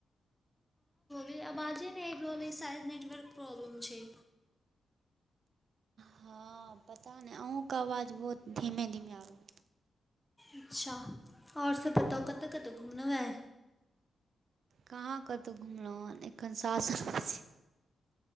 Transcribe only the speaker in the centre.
हें अबाजे नै अएब रहल ऐछ सायद नेटवर्क प्रॉब्लम छै।
अच्छा और सब बताउ कतय-कतय घुमलौ ऐ?